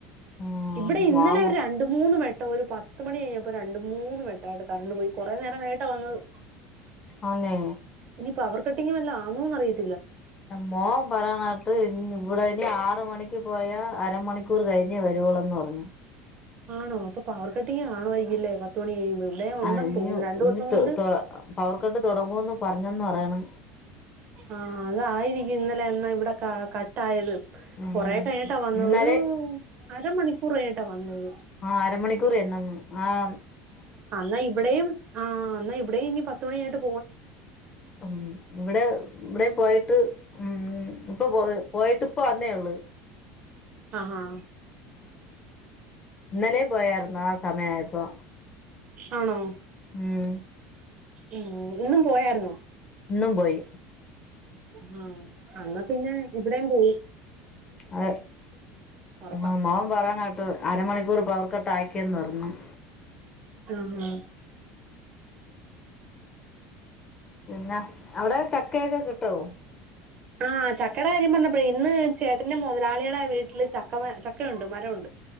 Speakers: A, on the left; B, on the right.
A: ആഹ്
B: ഇവിടെ ഇന്നലെ
A: മോൻ
B: ഒരു രണ്ട മൂന്ന് മണി കേട്ട ഒരു പത്ത് മണി കഴിഞ്ഞപ്പോ രണ്ട മൂന്ന് മിനിായിയിട്ട് കറണ്ട് പോയി കുറേ നേരം കേട്ടാ വന്നത്
A: ആ ന്നെ
B: ഇനി പവർക്കട്ടിങ് വല്ലോ ആണോ അറിയില്ല
A: മോൻ പറാനായിട്ട് ഇവിടെ ഇനി ആറ മണിക്ക് പോയാ അരമണിക്കൂർ കഴിഞ്ഞ ഞ്ഞെ വരുവളന്ന് പറഞ്ഞു
B: ആണോ അപ്പൊ പവർ കെട്ടി ആണോമായിയിരിക്കില്ലേ പത്ത്മണി കഴിയുമ്പോ ഇവിടെ ഉണ്ടെന്ന്
A: ആ ഇനി
B: തോന്നുന്നു രണ്ടു
A: ഇനി
B: ദിവസം
A: ത
B: കൊണ്ട്
A: പവർ കട്ട് തുടങ്ങുവന്ന് പറഞ്ഞന്ന് പറയാണ്
B: ആഹ അത് ആയിരിക്ക ഇന്നലെ ഇവിടെ കട്ടായത്
A: ഉം
B: കൊറെ കഴിഞ്ഞിട്ടാ വന്ന
A: ഇന്നലെ
B: ഒരു അരമണിക്കൂർ കഴിഞ്ഞിട്ടാ വന്ന അ
A: ആഹ അരമണിക്കൂർ എന്ന ആഹ
B: അ എന്നാൽ ഇവിടെയും ആ എന്നാ ഇവിടെയും ഇനി പത്തുമണിയ ആയിട്ട്
A: ഉ ഇവിടെ ഇവിടെയും പോയിട്ട് ഉം ഇപ്പൊ പോയ പോയിട്ട് ഇപ്പോ അന്നേ ഉള്ളൂ
B: ആഹഹ
A: ഇന്നലെ പോയായിരുന്നു ആ സമയയപ്പോൊ
B: ആണോ
A: ഉം
B: ഉം ഇന്നും പോയര് ന്നൊ
A: ന്നും പോയി
B: ആഹ അന്നാ പിന്നെ ഇവിടെയും പോയി
A: അത
B: ഒറപ്പാ
A: ആ മോൻ പറയാന കേട്ട് അരമണിക്കൂർ പവർ കട്ട് ആക്കിയെന്ന് പറഞ്ഞു ഉം
B: ആഹ ആ
A: പിന്നെ അവിടെ ചക്കയൊക്കെ കിട്ടോ
B: ആഹ് ചക്കട കാര്യം പറഞ്ഞപ്പോ ഇന്ന് ചേട്ടന്റെ മുതലാളിയുടെ വീട്ടില് ചക്ക ചക്കയുണ്ട് മരംുണ്ട്